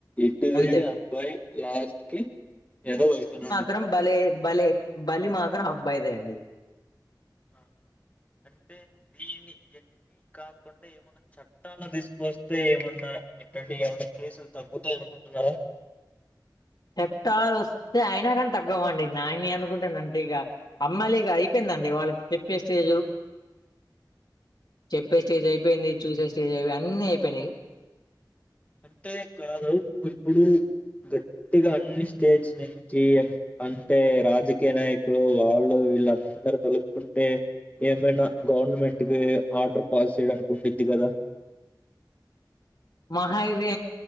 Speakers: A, on the left; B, on the left.
A: ఎటు పోయినా
B: అంతే
A: అబ్బాయి లాస్ట్ కి ఎదవ అయితున్నాడు.
B: కం బలే బలే బలి మాత్రం అబ్బాయిదే అండి.
A: ఆ, అంటే దీన్ని ఎన్నీ కాకుండా ఏమన్నా చట్టాలు తీసుకొస్తే ఏమన్నా ఇట్లాంటి ఏమన్నా కేసులు తగ్గుతాయనుకుంటున్నారా?
B: చెట్టాలు వస్తే అయినా గనీ తగ్గవండి, నాయని అనుకుంటా నంటిగా అమ్మాయిలిగా అయిపోయిందండి వాళ్ళకి చెప్పే స్టేజు చెప్పే స్టేజ్ అయిపోయింది, చూసే స్టేజ్ అయిపోయి అన్ని అయిపోయినయ్.
A: అంటే కాదు ఇప్పుడు గట్టిగా అన్ని స్టేట్స్ నుంచి అం అంటే రాజకీయ నాయకులు వాళ్ళు వీళ్ళందర తెలుసుకుంటే ఏమన్నా గవర్నమెంట్ కి ఆర్డర్ పాస్ చేయడానికి ఉండుద్ది కదా.
B: మహా ఇవి